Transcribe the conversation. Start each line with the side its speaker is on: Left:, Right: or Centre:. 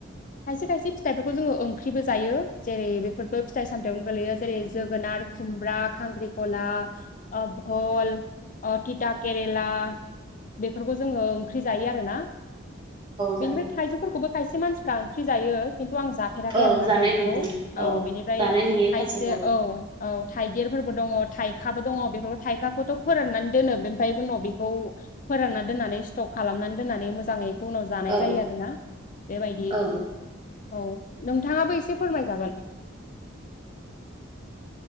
Left: खायसे खायसे फिथाइफोरखौ जोङो ओंख्रिबो जायो जेरै बे बेफोरबो फिथाइ सामथायावनो गोलैयो जेरै जोगोनार खुमब्रा खांख्रिंखला खला ओ भल ओ टिता केरेला बेफोरखौ जोङो ओंख्रि जायो आरो ना
Right: जायो
Left: बेनिफ्राय थाइजौफोरखौबो खायसे मानसिफ्रा ओंख्रि जायो। खिन्थु आं जाफेराखै
Right: औ
Left: आरो
Right: जानाय
Left: ना थाइजौखौ
Right: नुदों
Left: औ बेनिफ्रायाइ
Right: जानाय नुयो
Left: खायसे
Right: खायसेखौ
Left: औ औ थाइगिरफोरबो दङ' थाइखाबो दङ' बेफोरखौ थाइखाखौथ' फोराननानै दोनो बेमफ्राय उनाव बेखौ फोरानना दोननानै स्टक खालामनानै दोननानै मोजाङै उनाव जानाय
Right: औ
Left: जायो आरो ना बेबायदि
Right: औ
Left: औ नोंथाङाबो एसे फोरमायजागोन